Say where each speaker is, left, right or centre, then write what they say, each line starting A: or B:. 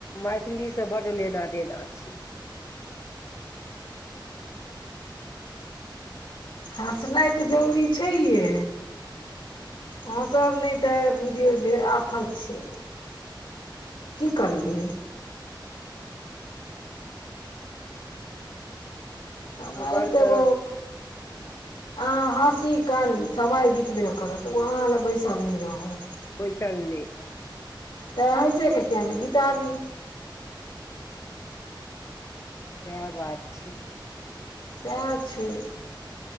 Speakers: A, on the left (about 35°); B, on the left (about 80°).
A: मैथिली तऽ बड लेना देना छै।
B: हँसनाइ तऽ जरूरी छै ये। हँसब नहि तऽ बुझियौ जे आफत छै। की करबै? समय
A: हमर
B: के
A: तऽ
B: ब आहाँ हँसी कानी समय बितबे करत ओ अहाँ ले बैसल नहि रहत।
A: बैसल नै रह।
B: तऽ हैँसे कऽ किया ने बिताबी?
A: वैह बात छै।
B: सेहा छै।